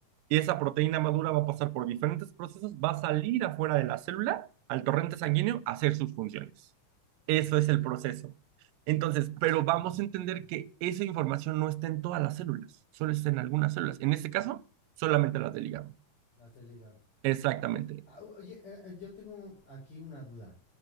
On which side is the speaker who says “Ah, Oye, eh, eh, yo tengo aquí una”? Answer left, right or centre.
Left